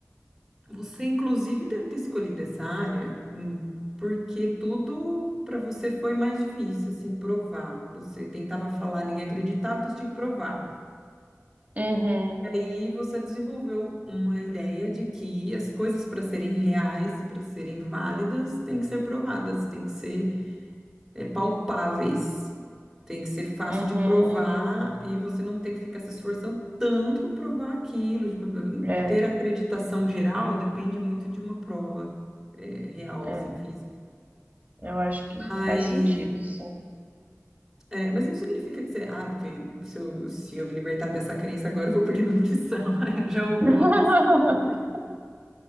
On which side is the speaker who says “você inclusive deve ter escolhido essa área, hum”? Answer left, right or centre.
Centre